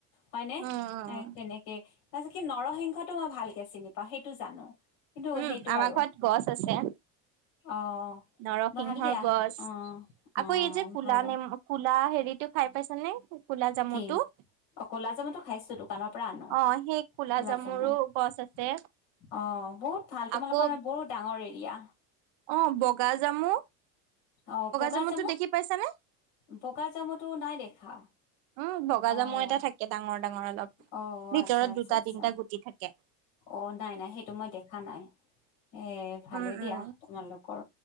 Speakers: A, on the left; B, on the right.
A: হয় নে?
B: উম,
A: এ তেনেকে তাৰপিছত কি নৰসিংহটো মই ভালকে চিনি পাওঁ সেইটো জানো। কিন্তু
B: উম
A: সেইটো
B: আমাৰ
A: আৰু
B: ঘৰত গছ আছে।
A: অ',
B: নৰসিংহৰ
A: ভাল দিয়া
B: গছ
A: অ', অ',
B: আকৌ এই যে কলা
A: ভালে
B: নম কলা হেৰিতটো খাই পাইছ নে কলা জামুটো?
A: কি অ', ক'লা জামুতটো খাইছো দোকানৰ পৰা আনো
B: অ' সেই কুলা
A: ক'লাজামু
B: জামুৰো
A: অ',
B: গছ আছে।
A: বহুত ভাল তোমালোকৰ
B: আকৌ
A: মানে বহুত ডাঙৰ এৰিয়া
B: অ', বগা জামু
A: অ', বগা
B: জামুটো
A: চামু
B: দেখি পাইছানে?
A: বগা চামুতটো নাই দেখা
B: উ বগা
A: অ',
B: জামৰ এটা থাকে ডাঙৰ ডাঙৰ অলপ
A: অ',
B: ভিতৰত
A: আচ্ছা আচ্ছা
B: দুটা
A: আচ্ছা
B: তিনিটা গুটি থাকে
A: অ', নাই, নাই সেইটো মই দেখা নাই এ ভালে
B: উম
A: দিয়া
B: উম
A: তোমালোকৰ